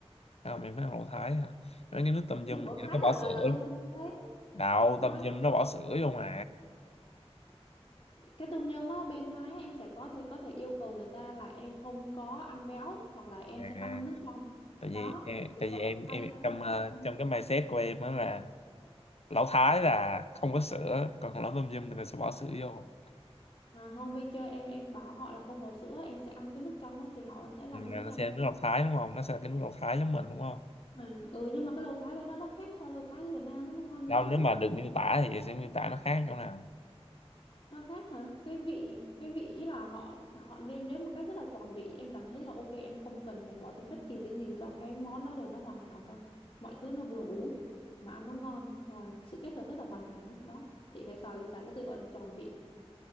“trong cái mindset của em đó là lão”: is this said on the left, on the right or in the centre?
Left